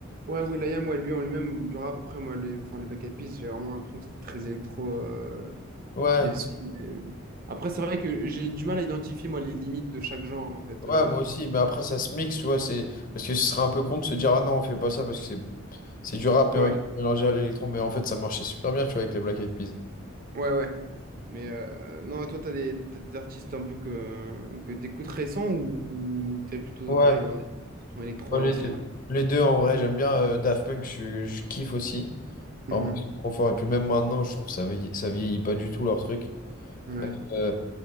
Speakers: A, on the right; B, on the left.
A: Ouais, will.i.am, ouais, lui en lui-même, du rap. Après, moi, les, enfin, les Black Eyed Peas, j'ai vraiment l'impression que c'était très électro. euh,
B: Ouais.
A: les sons, les- Après, c'est vrai que j'ai du mal à identifier, moi, les limites de chaque genre, en fait.
B: Ouais,
A: euh,
B: moi
A: parce-
B: aussi. Mais après, ça se mixe, tu vois. C'est... Parce que ce serait un peu con de se dire, ah non, on fait pas ça parce que c'est C'est du rap
A: Ouais,
B: et en même temps mélangé à l'électro, mais en fait ça marchait super bien, tu vois, avec les Black Eyed Peas.
A: ouais, ouais. Mais euh, non, toi, t'as des, t'as des artistes un peu que, que t'écoutes récents ou t'es plutôt
B: Ouais,
A: pareil dans des sons électro
B: Ouais,
A: à
B: les
A: l'ancienne,
B: deux.
A: un peu
B: Les deux, en vrai, j'aime bien euh, Daft Punk, je, je kiffe aussi. Vraiment,
A: Mhm.
B: c'est trop fort. Et puis même maintenant, je trouve ça vieillit, ça vieillit pas du tout leur truc.
A: Ouais.
B: Euh,